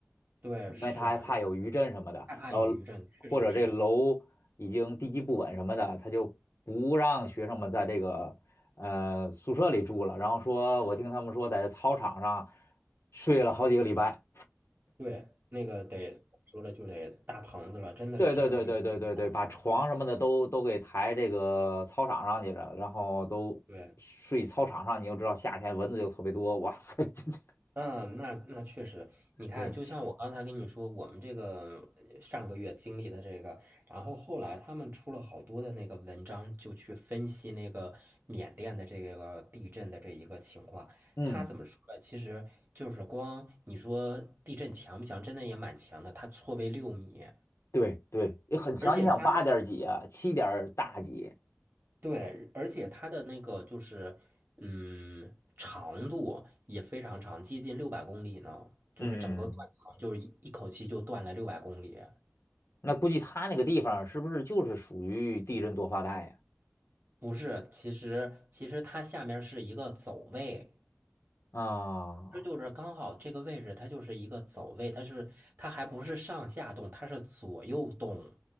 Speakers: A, on the right; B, on the left.
A: 对是啊，
B: 因为他还怕有余震什么的，
A: 那个害怕有余震，
B: 然后或者这楼已经地基不稳什么的，
A: 确实是。
B: 他就不让学生们在这个呃宿舍里住了，然后说我听他们说在操场上睡了好几个礼拜，
A: 对，那个得说了就得搭棚子了，真的只能就是那种搭棚子了。
B: 对对对对对对对，把床什么的都都给抬这个操场上去了，然后都睡操场上，
A: 对。
B: 你又知道夏天蚊子又特别多，哇塞，<laughs> 这这，
A: 嗯，那那确实，你看，
B: 对，
A: 就像我刚才跟你说，我们这个呃上个月经历的这个，然后后来他们出了好多的那个文章，就去分析那个缅甸的这个地震的这一个情况。
B: 嗯，
A: 他怎么说呢？其实就是光你说地震强不强，真的也蛮强的，它错位六米，
B: 对对，也很强，
A: 而且它那
B: 你想八点儿几啊，七点儿大几，
A: 对，而且它的那个就是，嗯，长度也非常长，接近六百公里呢。就是整个断层，
B: 嗯。
A: 就是一一口气就断了六百公里。
B: 那估计他那个地方是不是就是属于地震多发带呀？
A: 不是，其实其实它下面是一个走位，
B: 啊，哦
A: 这就是刚好这个位置，它就是一个走位，它是它还不是上下动，它是左右动。